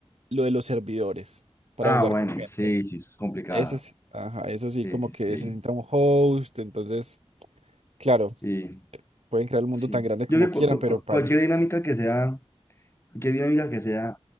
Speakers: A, on the right; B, on the left.
A: lo de los servidores para
B: Ah,
A: jugar
B: bueno,
A: con gente.
B: sí, sí, eso es complicado.
A: Eso sí, ajá, eso
B: Sí,
A: sí, como
B: sí,
A: que
B: sí.
A: se sienta un host, entonces, claro,
B: Sí,
A: pueden crear el mundo
B: sí.
A: tan grande como
B: Yo creo
A: quieran,
B: que cu-
A: pero
B: cu- cu-
A: paguen.
B: cualquier dinámica que sea Cualquier dinámica que sea,